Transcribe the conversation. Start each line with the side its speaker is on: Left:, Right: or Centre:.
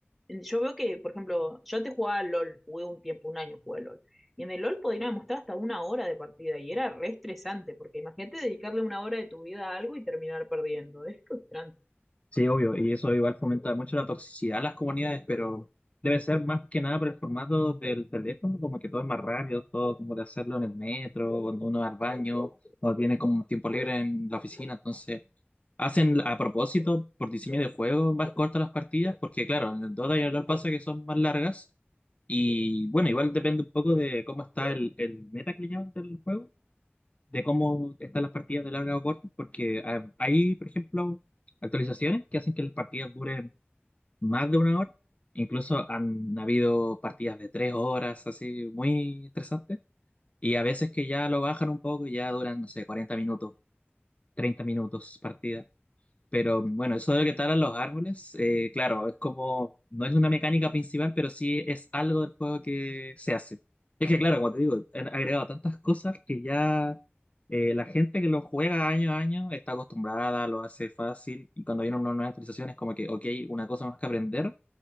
Centre: yo veo que, por ejemplo, yo antes jugaba al LOL, jugué un tiempo, un año jugué al LOL. Y en el LOL podían demostrar hasta una hora de partida y era re estresante, porque imagínate dedicarle una hora de tu vida a algo y terminar perdiendo. Es frustrante.
Left: Sí, obvio, y eso igual fomenta mucho la toxicidad en las comunidades, pero debe ser más que nada por el formato del teléfono, como que todo es más rápido, todo como de hacerlo en el metro, cuando uno va al baño, o tiene como un tiempo libre en la oficina, entonces hacen a propósito, por diseño de juego, más cortas las partidas, porque claro, en el Dota y en el LoL pasa que son más largas, y bueno, igual depende un poco de cómo está el, el meta que le llaman del juego de cómo están las partidas de larga o cortas, porque ah, hay, por ejemplo, actualizaciones que hacen que las partidas duren más de una hora. Incluso han habido partidas de tres horas, así, muy estresantes. Y a veces que ya lo bajan un poco y ya duran, no sé, 40 minutos, 30 minutos partidas. Pero bueno, eso de lo que talan los árboles, eh, claro, es como, no es una mecánica principal, pero sí es algo del juego que se hace. es que claro, como te digo, han agregado tantas cosas que ya eh, la gente que lo juega año a año está acostumbrada, lo hace fácil, y cuando viene una nueva actualización es como que, ok, una cosa más que aprender,